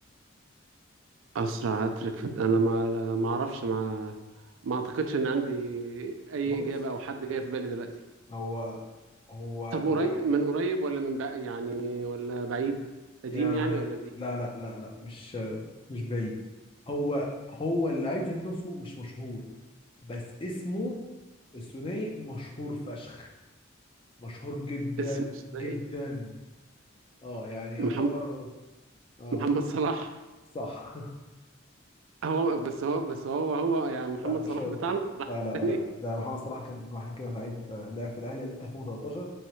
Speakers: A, on the right; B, on the left.
A: أسرع هاتريك في أنا ما ما أعرفش ما ما أعتقدش إن عندي أي
B: بص
A: إجابة أو حد جاي في بالي دلوقتي
B: هو هو
A: طب قريب
B: لا
A: من قريب ولا من بقى يعني ولا بعيد قديم
B: يعني
A: يعني ولا جديد
B: لا لا لا لا مش مش بعيد هو هو اللعيب ذات نفسه مش مشهور بس اسمه الثنائي مشهور فشخ مشهور جدا
A: اسمه اسمه
B: جدا
A: إيه
B: اه يعني يعتبر
A: محمد
B: اه
A: محمد صلاح
B: صح
A: هو بس هو بس هو هو
B: <laughs>
A: يعني محمد
B: لا مش
A: صلاح
B: هو
A: بتاعنا <laughs> صلاح
B: لا لا
A: التاني
B: لا ده محمد صلاح كان واحد كده لعيب لعب في الاهلي 2013